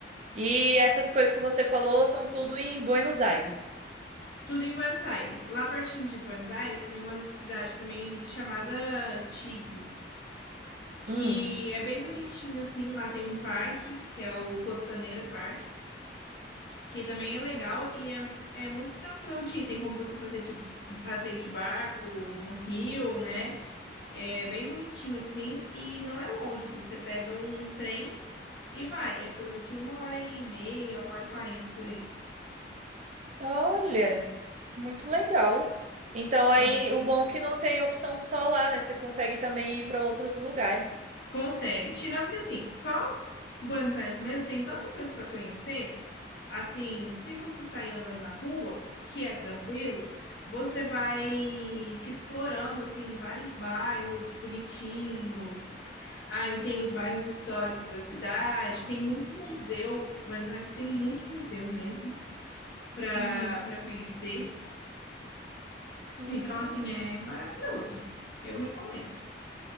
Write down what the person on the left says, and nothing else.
Tudo em Buenos Aires. Lá pertinho de Buenos Aires tem uma cidade também chamada Tigre, que
é bem bonitinho assim. Lá tem um parque, que é o Costaneira Park, que também é legal e é, é muito tranquilo de ir. Tem como você fazer de passeio de barco no rio, né? É bem bonitinho assim e não é longe. Você pega um trem E vai, é coisa de uma hora e meia, uma hora e quarenta por aí.
Ah,
consegue. Tirando que assim, só Buenos Aires mesmo tem tanta coisa para conhecer, assim, se você sair andando na rua, que é tranquilo, você vai explorando assim vários bairros bonitinhos. Aí tem os bairros históricos da cidade, tem muito museu. Buenos Aires tem muito museu mesmo para
para conhecer.
Então assim é maravilhoso. Eu recomendo.